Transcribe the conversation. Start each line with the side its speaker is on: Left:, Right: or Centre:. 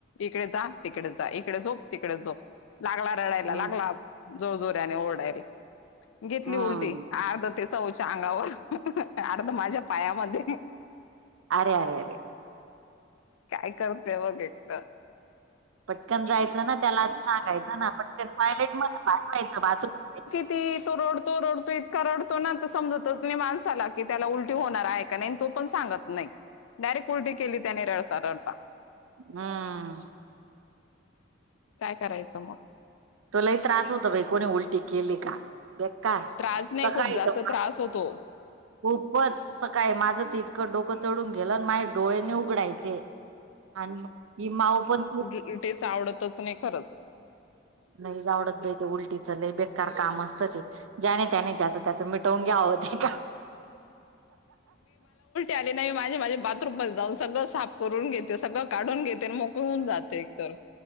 Left: इकडे जा. तिकडे जा इकडे झोप तिकडे झोप लागला रडायला
Right: हम्म
Left: लागला. जोरजोऱ्याने ओरढायरी घेतली
Right: हम्म
Left: उलटी. अर्ध तेच उ च अंगावर अर्ध माझ्या पायामध्ये
Right: आरे आरे आरे
Left: काय करते बघ एकत
Right: पटकन जायचं ना त्याला सांगायचं ना पटकन टॉयलेट मध्ये पाठवायचं बाथरूम
Left: ती तो रडतो रोडतो इतका रडतो ना तर समजतच नाही माणसाला. कि त्याला उलटी होणार आहे का नाही तो पण सांगत नाही. डायरेक्ट उलटी केली त्याने रडता रडता.
Right: हम्म
Left: काय करायचं मग
Right: तो लयी त्रास होत बाई कोणी उलटी केली का. बेकार
Left: त्रास नाही
Right: सकाळी
Left: खूप जास्त
Right: तर
Left: त्रास होतो
Right: खूपच सकाळी माझं त इतकं डोकं चढून गेलं न माझे डोळे नही उघडायचे. आणि ही माऊ पण
Left: तेच आवडतच नाही खरच.
Right: नाहीज आवडत बयी ते, उलटीच लयी बेकार काम असतं ते. ज्याने त्याने ज्याच त्याच मिटवून घ्याव ते
Left: आले नाही माझे माझे बाथरूम मध्ये जाऊन सगळं साफ करून घेते. सगळं काढून घेते मग ऊन जाते एक तर